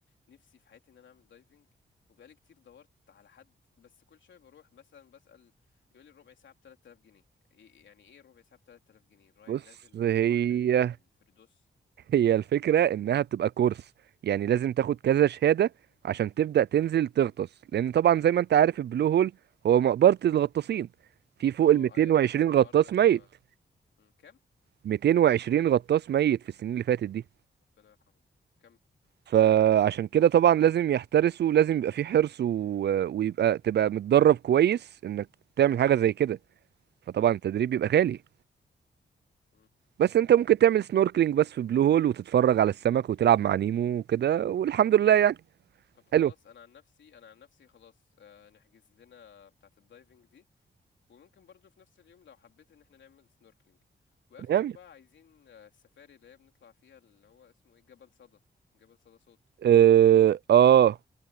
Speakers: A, on the left; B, on the right.
A: نفسي في حياتي ان انا اعمل دايفنج وبقالي كتير دورت على حد بس كل شويه بروح مثلا بسأل يقول لي الربع ساعه ب 3000 جنيه إيه- يعني ايه الربع ساعه ب 3000 جنيه رايح
B: بص
A: نازل
B: هي
A: بحر الفردوس
B: <laughs> هي الفكرة انها بتبقى كورس يعني لازم تاخد كذا شهادة عشان تبدأ تنزل تغطس لان طبعا زي ما انت عارف البلو هول هو مقبرة الغطاسين في فوق
A: اه
B: ال 220
A: ايوه انا سمعت الحوار
B: غطاس
A: ده
B: ميت
A: اه أمم، كام
B: 220 غطاس ميت في السنين اللي فاتت دي
A: ربنا يرحمه كم
B: فعشان كده طبعا لازم يحترسوا لازم يبقى في حرص و... ويبقى تبقى متدرب كويس انك تعمل حاجة زي كده فطبعا
A: أمم،
B: التدريب بيبقى غالي
A: أمم.
B: بس انت ممكن تعمل سنوركلينج بس في بلو هول وتتفرج على السمك وتلعب مع نيمو وكده والحمد لله يعني
A: طب خلاص
B: حلو
A: انا عن نفسي انا عن نفسي خلاص آه نحجز لنا بتاعه الدايفنج دي وممكن برضو في نفس اليوم لو حبيت ان احنا نعمل سنوركلينج واخر
B: تمام
A: يوم بقى عايزين آه، السفاري اللي هي بنطلع فيها اللي هو اسمه ايه جبل صدى جبل صدى صوت
B: اه, آه.